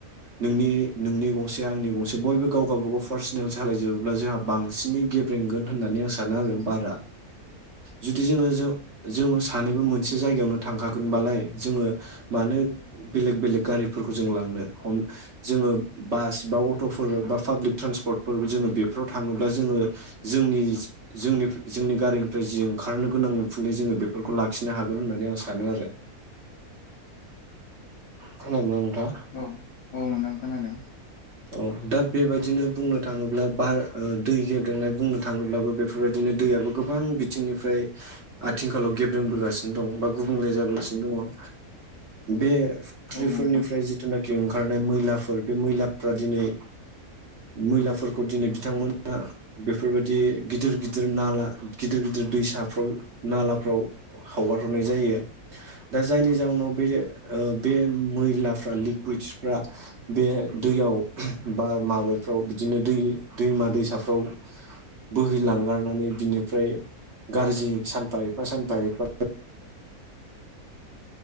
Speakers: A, on the right; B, on the left.
A: नोंनि नोंनि गंसे आंनि गंसे बयबो गाव गावबागाव पार्सनेल सालायजोबोब्ला जोंहा बांसिनै गेब्रेंगोन होननानै आं सानो आरो बारा जुदि जोङो जों जोङो सानैबो मोनसे जायगायावनो थांखागोनबालाय जोङो मानो बेलेग बेलेग गारिफोरखौ जों लांनो हम जोङो बास बा अट'फोर बा पाब्लिक ट्रेन्सपर्टफोर जोङो बेफोराव थाङोब्ला जोङो जोंनि जोंनि जोंनि गारिनिफ्राय जि ओंखारनो गोनां उखुन्दै जोङो बेफोरखौ लाखिनो हागोन होननानै आं सानो आरो खोनादों ना नोंथां
B: औ औ नोंथां खोनादों
A: अ दा बेबायदिनो बुंनो थाङोब्ला बार दै गेब्रेंनाय बुंनो थाङोब्लाबो बेफोरबायदिनो दैयाबो गो बां बिथिंनिफ्राय आथिंखालाव गेब्रोंबोगासिनो दं बा गुबुंले जाबोगासिनो दङ बे फेक्ट्रिफोरनिफ्राय
B: औ नोंथां
A: ओंखारनाय मैलाफोर बे मैलाफ्रा दिनै मैलाफोरखौ दिनै बिथांमोना बेफोरबायदि गिदिर गिदिर नाला गिदिर गिदिर दैसाफ्राव नालाफ्राव खावगार हरनाय जायो दा जायनि जाउनाव बे बे मैलाफ्रा लिक कुइद्सफ्रा बे दैयाव बा माबाफ्राव बिदिनो दै दैमा दैसाफ्राव बोहैलांगारनानै बिनिफ्राय गाज्रि सानफा एफा सानफा एफा